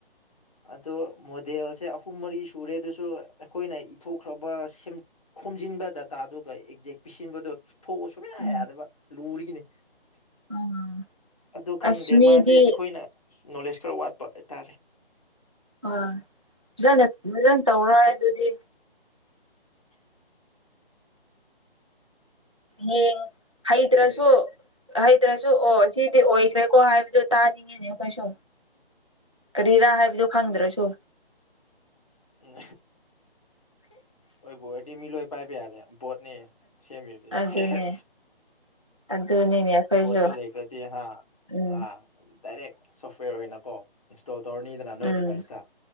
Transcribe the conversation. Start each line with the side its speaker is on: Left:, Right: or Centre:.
Left: ꯑꯗꯣ ꯃꯣꯗꯦꯜꯁꯦ ꯑꯍꯨꯝ ꯃꯔꯤ ꯁꯨꯔꯦ ꯑꯗꯨꯁꯨ ꯑꯩꯈꯣꯏꯅ ꯏꯊꯣꯛꯈ꯭ꯔꯕ ꯁꯦꯝ ꯈꯣꯝꯖꯤꯟꯕ ꯗꯇꯥꯗꯨꯒ ꯑꯦꯛꯖꯦꯛ ꯄꯤꯁꯤꯟꯕꯗꯨ ꯊꯣꯛꯑ ꯁꯨꯡꯌꯥ
Right: ꯎꯝ
Left: ꯌꯥꯗꯕ ꯂꯨꯔꯤꯒꯤꯅꯤ
Right: ꯎꯝ
Left: ꯑꯗꯨ ꯈꯪꯗꯦ
Right: ꯑꯁ ꯃꯤꯗꯤ
Left: ꯃꯥꯁꯦ ꯑꯩꯈꯣꯏꯅ ꯅꯣꯂꯦꯖ ꯈꯔ ꯋꯥꯠꯄ ꯍꯥꯏꯇꯥꯔꯦ꯫
Right: ꯑꫭ ꯐꯖꯅꯥ ꯐꯖꯅꯥ ꯇꯧꯔꯣ ꯍꯥꯏꯗꯨꯗꯤ ꯌꯦꯡ ꯍꯩꯇ꯭ꯔꯥꯁꯨ
Left: ꯈꯪꯗꯦ
Right: ꯍꯩꯇ꯭ꯔꯥꯁꯨ ꯑꯣ ꯁꯤꯗꯤ ꯑꯣꯏꯈ꯭ꯔꯦꯀꯣ
Left: ꯎꯝ
Right: ꯍꯥꯏꯕꯗꯨ ꯇꯥꯅꯤꯡꯉꯤꯅꯦ ꯑꯩꯈꯣꯏꯁꯨ ꯀꯔꯤꯔꯥ ꯍꯥꯏꯕꯗꯨ
Left: ꯎꯝ
Right: ꯈꯪꯗ꯭ꯔꯁꯨ꯫
Left: ꯍꯣꯏꯅꯦ ꯎꯝ ꯑꯣꯏꯕꯨ ꯑꫭꯏꯔꯗꯤ ꯃꯤꯂꯣꯏ ꯄꯥꯏꯕ ꯌꯥꯔꯦ ꯚꫭꯠꯅꯦ꯫ ꯁꯦꯝꯃꯤꯁꯦ
Right: ꯑꯗꯨꯅꯦ
Left: ꯁꯦꯁ
Right: ꯑꯗꯨꯅꯤꯅꯦ ꯑꯩꯈꯣꯏꯁꯨ
Left: ꯚꫭꯠꯇꯣ ꯂꯩꯈ꯭ꯔꯗꯤ ꯍꯥ꯫
Right: ꯎꯝ
Left: ꯑꯥ ꯗꯥꯏꯔꯦꯛ ꯁꯣꯐꯋꯦꯔ ꯑꯣꯏꯅꯀꯣ ꯏꯟꯁꯇꯣꯜ ꯇꯧꯔꯅꯤꯗꯅ ꯅꯣꯏ
Right: ꯎꯝ
Left: ꯗꯤꯚꯥꯏꯁꯇ